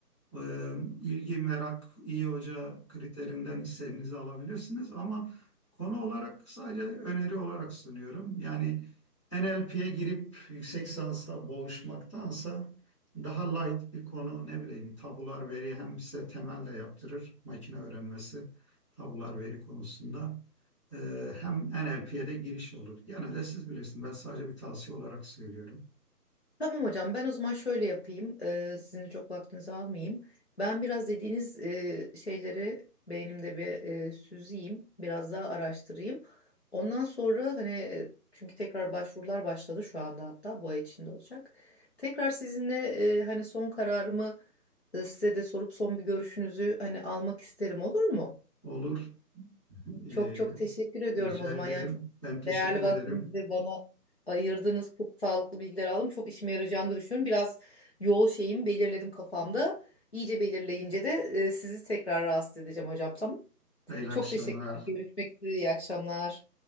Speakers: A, on the left; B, on the left.
A: ee, ilgi, merak, iyi hoca kriterinden hissenizi alabilirsiniz ama konu olarak sadece öneri olarak sunuyorum. Yani NLP'ye girip yüksek lisansla boğuşmaktansa daha light bir konu ne bileyim tabular veri hem size temel de yaptırır makine öğrenmesi tabular veri konusunda. Ee, hem NLP'ye de giriş olur. Gene de siz bilirsiniz ben sadece bir tavsiye olarak söylüyorum.
B: Tamam hocam ben o zaman şöyle yapayım E, sizin de çok vaktinizi almayayım. Ben biraz dediğiniz e, şeyleri beynimde bir e, süzeyim biraz daha araştırayım. Ondan sonra hani e, çünkü tekrar başvurular başladı şu anda hatta bu ay içinde olacak. Tekrar sizinle e, hani son kararımı e, size de sorup son bir görüşünüzü hani almak isterim olur mu?
A: Olur. Ee,
B: Çok çok teşekkür ediyorum
A: rica
B: o zaman.
A: ederim.
B: Yani çok
A: Ben teşekkür
B: değerli vaktinizi
A: ederim.
B: bana ayırdınız. Çok sağlıklı bilgiler aldım. Çok işime yarayacağını da düşünüyorum. Biraz yol şeyimi belirledim kafamda. İyice belirleyince de e, sizi tekrar rahatsız edeceğim hocam. Tamam.
A: Hayırlı
B: Çok
A: akşamlar.
B: teşekkürler. Görüşmek üzere. İyi akşamlar.